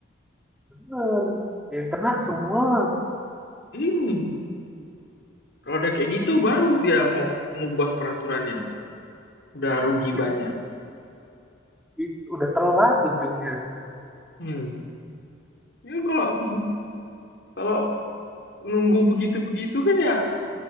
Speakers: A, in the centre; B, on the left (about 60°).
A: bener yang kena semua
B: Hmm. Kalau udah kayak gitu baru dia mau ngubah peraturannya. Udah rugi
A: Dah,
B: banyak.
A: itu udah telat ujungnya
B: Hmm. Ya kalau kalau nunggu begitu-begitu kan ya